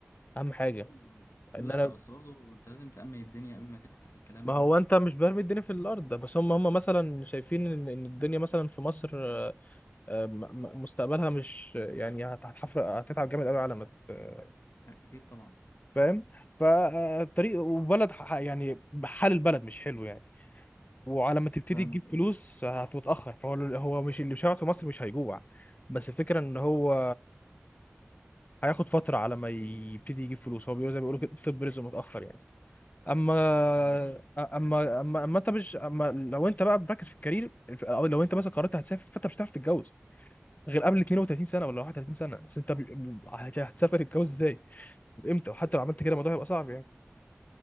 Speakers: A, on the left; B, on the left.
A: أهم حاجة
B: امم، لا
A: إن أنا
B: بس برضو انت لازم تأمن الدنيا قبل ما تفتح الكلام
A: ما
B: ده
A: هو أنت مش برمي الدنيا في الأرض ده، بس هم هم مثلا شايفين إن إن الدنيا مثلا في مصر آه، آه، م- م- مستقبلها مش يعني هت- هتحفر هتتعب جامد قوي على ما ت-
B: أ- اكيد طبعا
A: فاهم فالطريق وبلد ح- يعني حال البلد مش حلو يعني وعلى ما تبتدي
B: فاهمك
A: تجيب
B: أيوة،
A: فلوس هتتأخر فهو هو مش اللي بيشتغل في مصر مش هيجوع بس الفكرة ان هو هياخد فترة على ما يبتدي يجيب فلوس هو بيقول زي ما بيقولوا كده طب رزق متأخر يعني اما
B: فاهمك أوي.
A: اما اما اما انت مش اما لو انت بقى مركز في الكارير او لو انت مثلا قررت هتسافر فانت مش هتعرف تتجوز غير قبل 32 سنه ولا 31 سنه بس انت ب- ب- هت- هتسافر تتجوز ازاي امتى وحتى لو عملت كده الموضوع هيبقى صعب يعني